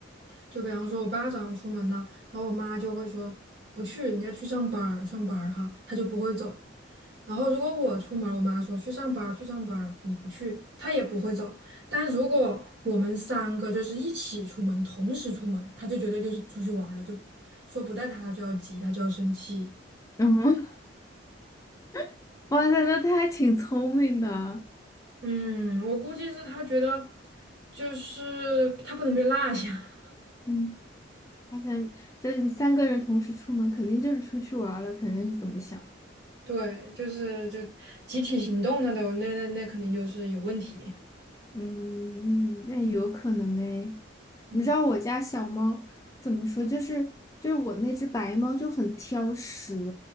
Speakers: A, on the right; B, on the left.
A: 就比方说我爸早上出门了，然后我妈就会说不去，人家去上班儿，上班儿哈，他就不会走。然后如果我出门儿我妈说去上班儿，去上班儿，你不去，他也不会走。但如果我们三个就是一起出门，同时出门，他就觉得就是出去玩儿了，就说不带他，他就要急，他就要生气。
B: 嗯，<laughs> 哇塞，那它还挺聪明的。
A: 嗯，我估计是他觉得，就是他不能被落下。<laughs>
B: 嗯，而且就是你三个人同时出门，肯定就是出去玩儿了，肯定是怎么想。
A: 对，就是就集体行动那都那那那肯定就是有问题。
B: 嗯，那有可能哎。
A: 嗯
B: 你知道我家小猫怎么说？就是就是我那只白猫就很挑食，